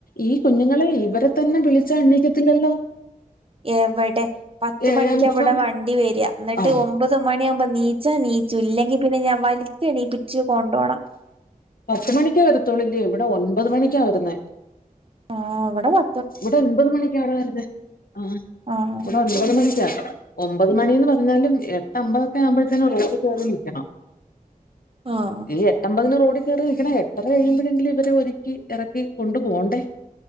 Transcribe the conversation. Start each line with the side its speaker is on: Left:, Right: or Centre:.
Left: ഈ കുഞ്ഞുങ്ങളെ ഇവരെ തന്നെ വിളിച്ചാ എണീക്കത്തില്ലല്ലോ
Right: എവടെ പത്ത്
Left: ഏഴേ
Right: മണിക്ക
Left: മുക്കാല്
Right: ഇവടെ വണ്ടി വര ന്നട്ട്
Left: ആ
Right: ഒമ്പത് മണിയാവുമ്പ നീ ച്ച നീച്ചു ഇല്ലെങ്കി പിന്നെ ഞാൻ വലിച്ച് എണിപ്പിച്ചു കൊണ്ടോണം
Left: പത്ത് മണിക്കേ വരത്തോള്ളൂ ല്ലെ ഇവടെ ഒൻപത് മണിക്കാ വരുന്നേ
Right: ആ ഇവടെ പ
Left: ഇവടെ ഒൻപത് മണിക്കാടാ വരുന്നേ ആ
Right: ആഹ്
Left: ഇവടെ ഒൻപത് മണിക്കാ ഒമ്പത് മണീന്ന് പർഞ്ഞാലും എട്ട് അമ്പതൊക്കെ ആവുമ്പഴത്തേനും റോഡ് കേറി നിക്കണം <unintelligible>
Right: ആഹ്
Left: എട്ടമ്പതിന് റോഡി കെറി നിക്കണേ എട്ടര കഴിയുമ്പോഴെങ്കിലും ഇവരെ ഒരുക്കി എറക്കി കൊണ്ടു പോണ്ടേ